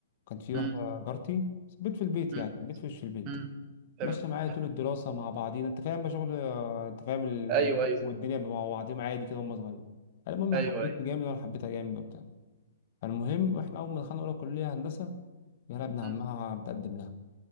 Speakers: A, on the left; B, on the right.
A: كان في
B: مم،
A: واحده جارتي بيت في البيت
B: مم،
A: يعني بيت في وش البيت
B: مم. تمام
A: ماشيه معايا طول الدراسه مع بعضينا انت فاهم بقى شغل آه، انت فاهم الارياف
B: ايوه ايوه
A: والدنيا مع بعضيهم عادي كده وهم صغيرين قال المهم
B: ايوه
A: حبيتني
B: ايوه
A: جامد وانا حبيتها جامد وبتاع فالمهم واحنا اول ما دخلنا اولى كليه هندسه يلا ابن عمها
B: مم.
A: متقدم لها